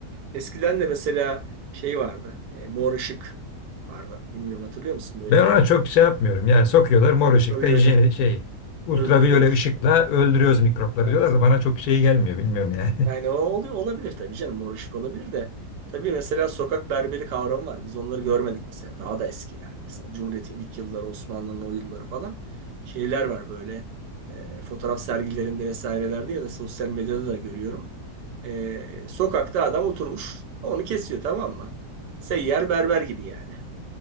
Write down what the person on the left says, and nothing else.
Ben ona çok şey yapmıyorum. Yani sokuyorlar mor ışıkta
hijyeni
şey, ultraviyole
ışıkla öldürüyoruz mikropları
diyorlar da bana çok şey gelmiyor. Bilmiyorum yani.
<laughs>